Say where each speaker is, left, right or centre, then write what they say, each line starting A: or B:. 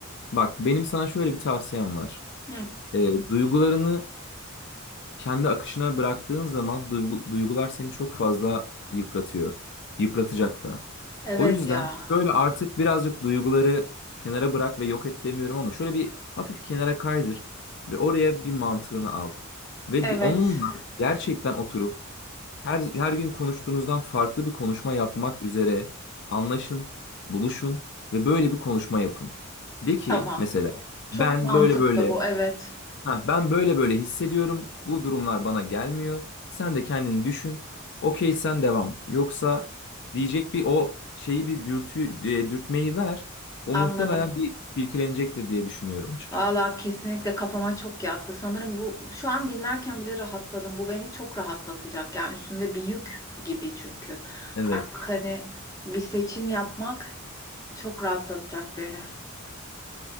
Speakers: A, on the left; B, on the left.
A: Bak benim sana şöyle bir tavsiyem var.
B: Hı,
A: E, duygularını kendi akışına bıraktığın zaman duygu- duygular seni çok fazla yıpratıyor. Yıpratacak da.
B: evet
A: O yüzden
B: ya
A: şöyle artık birazcık duyguları kenara bırak ve yok et demiyorum ama şöyle bir hafif kenara kaydır ve oraya bir mantığını al. Ve
B: evet
A: di- onunla gerçekten oturup Her, her gün konuştuğunuzdan farklı bir konuşma yapmak üzere anlaşın, buluşun ve böyle bir konuşma yapın. De ki
B: tamam
A: mesela
B: çok
A: ben
B: mantıklı
A: böyle böyle
B: bu evet
A: ha, ben böyle böyle hissediyorum. Bu durumlar bana gelmiyor. Sen de kendini düşün. Okey sen devam. Yoksa diyecek bir o şeyi bir dürtü, e, dürtmeyi ver. O
B: anladım.
A: muhtemelen bir silkelenecektir diye düşünüyorum açıkçası.
B: Valla kesinlikle kafama çok yattı. Sanırım bu şu an dinlerken bile rahatladım. Bu beni çok rahatlatacak. Yani üstümde bir yük gibi çünkü.
A: Evet.
B: Artık hani bir seçim yapmak çok rahatlatacak beni.